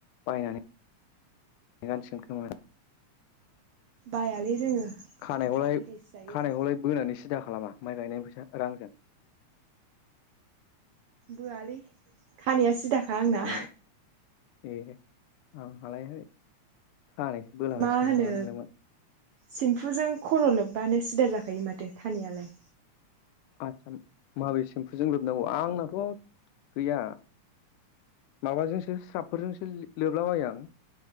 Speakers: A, on the left; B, on the right.
A: बायनानै गानसिगोन खोमा
B: बायालै जोङो
A: खानायखौलाय
B: जा मेथाइसो जायो
A: खानायखौलाय बोनानैसो सिदा खालामा माइ गायनायनि फैसा रांजों?
B: बोआलै खानाया सिदाखा आंना
A: ए ए आंहालाय खानायसो बोलाबायसिगोन
B: मा होनो
A: नामा नोंदोंमोन।
B: सेम्फुजों खर' लोब्बानो सिदा जाखायो माथो खानायालाय।
A: <unintelligible> माबे सेम्पुजों लोबनांगौ आंनाथ' गैया माबाजोंसो स्राबफोरजोंसो लोबलाबबाय आं।